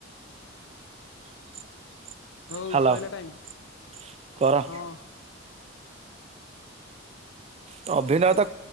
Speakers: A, on the right; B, on the left.
A: <inaudible>
B: ହଉ
A: ହ୍ୟାଲୋ
B: ସଇଲା ଟାଇମ
A: <inaudible> କର।
B: ହଁ।
A: <inaudible> ଅଭିନୟତା